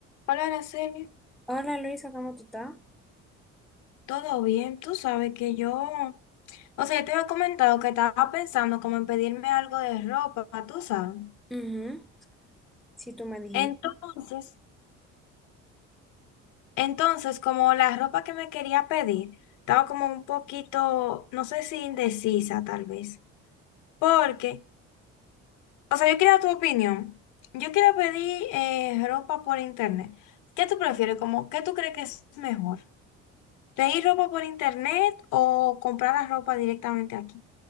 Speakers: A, on the left (about 70°); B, in the centre.
A: Hola, Araceli,
B: Hola Luisa, ¿cómo tú estás?
A: ¿todo bien? Tú sabes que yo, o sea, yo te había comentado que estaba pensando como en pedirme algo de ropa, tú sabes.
B: Ujú, Si tú me dijiste.
A: Entonces, entonces, como la ropa que me quería pedir, estaba como un poquito, no sé si indecisa tal vez, porque, o sea, yo quería tu opinión. Yo quiero pedir eh, ropa por internet. ¿Qué tú prefieres? Como, ¿qué tú crees que es mejor? ¿Pedir ropa por internet o comprar la ropa directamente aquí?